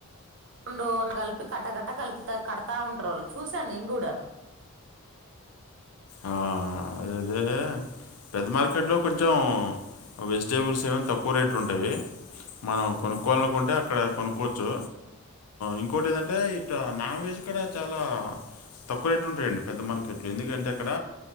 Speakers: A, on the right; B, on the left.
A: రోను కలిపి కట్టకట్ట కలుపుతా కడతా ఉంటారు వాళ్ళు చూశాను నేను కూడాను అ
B: ఆ అద అదే పెద్ద మార్కెట్లో కొంచెం వెజిటేబుల్స్ ఏమైనా తక్కువ రేట్లు ఉంటాయి మనం కొనుక్కోవాలనుకుంటే అక్కడ కొనుక్కోవచ్చు ఇంకోటి ఏదంటే నాన్ వెజ్ కూడా చాలా తక్కువ రేట్ ఉంటాయండి పెద్ద మార్కెట్ లో అక్కడ